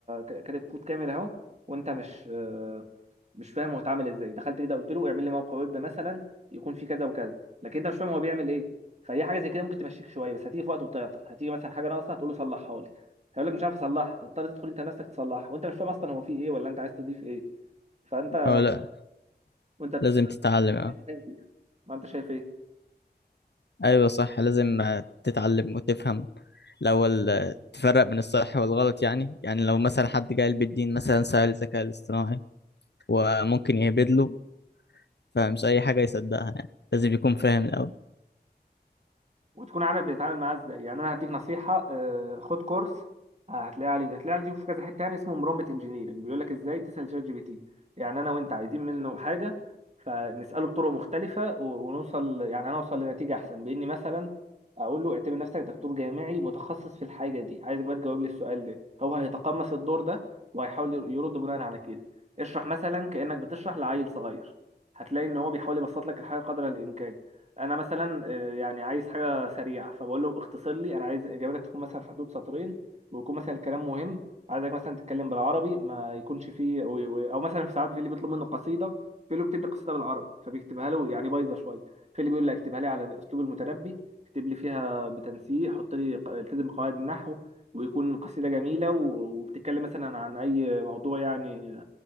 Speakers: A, on the right; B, on the left.
A: ك- كاتب كود كامل اهو وانت مش آه، مش فاهم هو اتعمل ازاي دخلت كده قلت له اعمل لي موقع ويب مثلا يكون فيه كذا وكذا لكن انت مش فاهم هو بيعمل ايه فهي حاجه زي كده ممكن تمشيك شويه بس هتيجي في وقت وتعطل هتيجي مثلا حاجه ناقصه هتقول له صلحها لي هيقول لك مش عارف اصلحها هتضطر تدخل انت نفسك تصلحها وانت مش فاهم اصلا هو فيه ايه ولا انت عايز تضيف ايه فانت
B: أو لا
A: وانت بتستعمل
B: لازم تتعلم أه
A: حاجه انت فاهم فيها ما انت شايف ايه
B: أيوة صح لازم آه، تتعلم وتفهم الأول آه، تفرق بين الصح والغلط يعني يعني لو مثلا حد جاي بالدين مثلا سأل الذكاء الاصطناعي وممكن يهبد له فمش أي حاجة يصدقها يعني لازم يكون فاهم الأول
A: وتكون عارف بتتعامل معاه ازاي يعني انا هديك نصيحه آه، خد كورس هتلاقيه عليه هتلاقيه عليه في كذا حته تاني اسمه برومبت انجينيرنج بيقول لك ازاي تسال شات جي بي تي يعني انا وانت عايزين منه حاجه فنساله بطرق مختلفه و- ونوصل يعني انا اوصل لنتيجه احسن باني مثلا اقول له اعتبر نفسك دكتور جامعي متخصص في الحاجه دي عايزك بقى تجاوب لي السؤال ده هو هيتقمص الدور ده وهيحاول ير- يرد بناء على كده اشرح مثلا كانك بتشرح لعيل صغير هتلاقي ان هو بيحاول يبسط لك الحاجه قدر الامكان انا مثلا آه، يعني عايز حاجه سريعه فبقول له اختصر لي انا عايز اجابتك تكون مثلا في حدود سطرين ويكون مثلا الكلام مهم عايزك مثلا تتكلم بالعربي ما يكونش فيه او, أو مثلا في ساعات في اللي بيطلب منه قصيده في اللي بيكتب لي قصيده بالعربي فبيكتبها له يعني بايظه شويه في اللي بيقول لي اكتبها لي على اسلوب المتنبي اكتب لي فيها بتنسيق حط لي ق- التزم قواعد النحو ويكون قصيده جميله و- وبتتكلم مثلا عن اي موضوع يعني